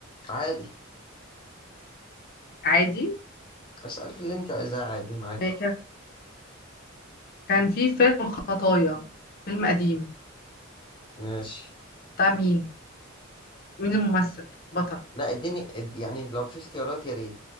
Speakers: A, on the left; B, on the left.
A: عادي
B: عادي
A: اسألي في اللي أنت عايزاه عادي معاكي
B: آه، كان كان في فيلم خطايا فيلم قديم
A: ماشي
B: بتاع مين مين الممثل بطل
A: لا اديني اد- يعني لو في اختيارات يا ريت